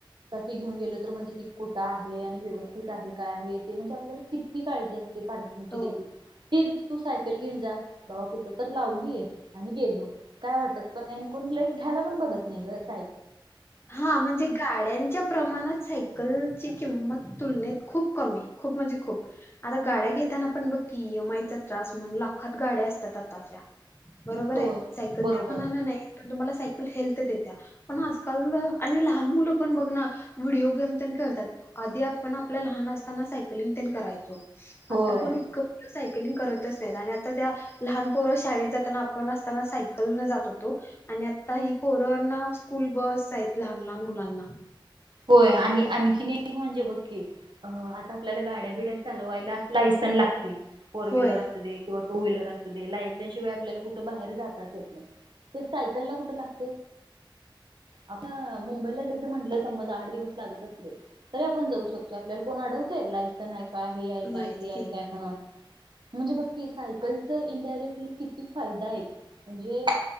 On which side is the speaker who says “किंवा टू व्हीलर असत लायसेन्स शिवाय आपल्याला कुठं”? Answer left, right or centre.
Right